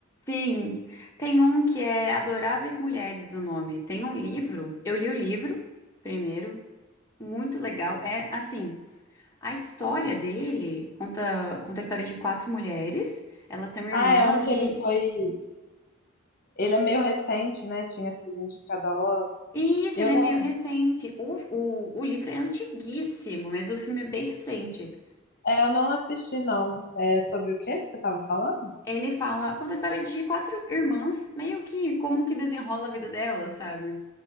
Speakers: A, on the left; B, on the left.
A: Sim, tem um que é Adoráveis Mulheres, o nome. Tem um livro, eu li o livro primeiro, muito legal. É assim, a história dele conta, conta a história de quatro mulheres, elas são irmãs
B: Ah, é um que ele
A: e,
B: foi. Ele é meio recente, né? Tinha sido indicado ao Oscar.
A: e isso,
B: Eu
A: ele
B: não,
A: é meio recente. O, o, o livro é antiguíssimo, mas o filme é bem recente.
B: é, eu não assisti, não. É sobre o quê que você estava falando?
A: Ele fala, conta a história de quatro irmãs, meio que como que desenrola a vida delas, sabe?